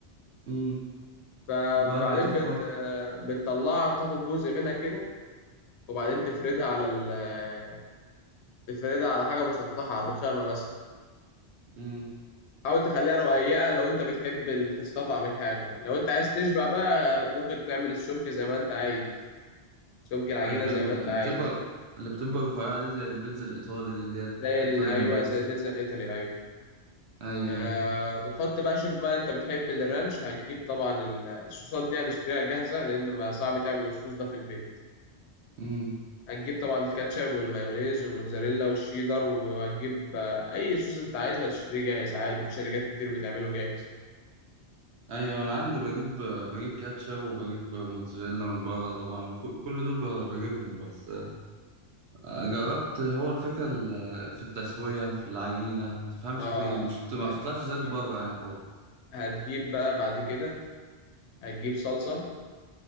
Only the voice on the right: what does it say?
امم
وبعد ما تخمر
امم
أيوه
ال-
اللي
بتبقى اللي بتبقى رفيعة دي زي البيتزا الإيطالي دي اللي هي
الإيطاليان
بيتزا
أيوه
أيوه
امم
ايوه انا عندي بجيب بجيب كاتشب وبجيب موتزاريلا من بره طبعا وكل دول ب- بجيبهم بس جربت هو الفكره ال- في التسويه في العجينه ما تفهمش
في إيه، مش ما
بتطلعش زي اللي بره يعني خالص